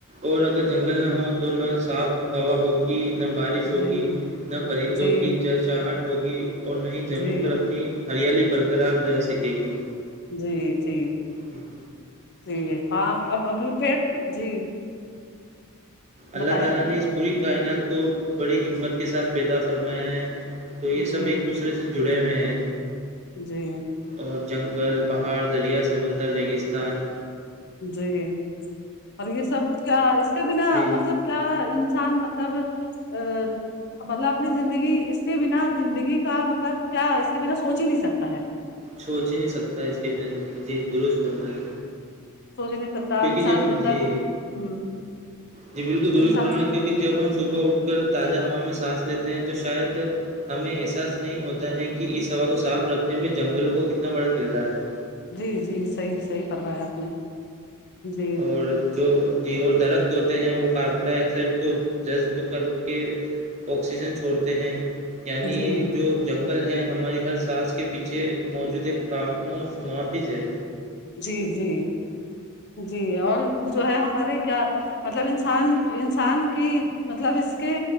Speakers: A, on the right; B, on the left.
A: اور اگر جنگل نہ ہو تو نہ صاف ہوا ہوگی نہ بارش ہوگی
B: جی
A: نہ پرندوں
B: جی
A: کی چہچاہٹ ہوگی اور نہ ہی زمین
B: جی
A: پر اپنی ہریالی برقرار رہ سکے گی
B: جی جی
A: ھمم
B: جی ہاں اب ابھی پٹ جی
A: اللہ
B: بتائیں
A: تعالی نے اس پوری کائنات کو بڑی حکمت کے ساتھ پیدا فرمایا ہے تو یہ
B: جی
A: سب ایک دوسرے سے جڑے ہوئے ہیں
B: جی
A: اور جنگل پہاڑ دریا سمندر ریگستان
B: جی اور یہ سب کیا اس کے بنا
A: جی
B: مطلب کیا انسان مطلب ا <unintelligible> مطلب اپنی زندگی اس کے بنا زندگی کا مطلب کیا اس کے بنا سوچ ہی نہیں سکتا ہے
A: سوچ ہی نہیں سکتا اس کی زندگی جی درست فرمایا
B: سوجے نہیں
A: کیونکہ
B: انسان
A: جب
B: مطلب
A: جی
B: ہ
A: جی بالکل درست
B: انسان
A: کرنا کیونکہ جب ہم صبح اٹھ کر تازہ ہوا میں سانس لیتے ہیں تو شاید ہمیں احساس نہیں ہوتا ہے کہ اس ہوا کو صاف رکھنے میں جنگلوں کا کتنا بڑا کردار ہے
B: جی جی صحیح صحیح فرمایا آپ نے جی
A: اور جو جی اور درخت ہوتے ہیں وہ کاربن ڈائی آکسائڈ کو جذب کر کے آکسیجن چھوڑتے ہیں یعنی
B: جی
A: جو جنگل ہے ہماری ہر سانس کے پیچھے موجود ہے خاموش محافذ ہے
B: جی جی جی اور جو ہے ہمارے کیا مطلب انسان انسان کی مطلب اس کے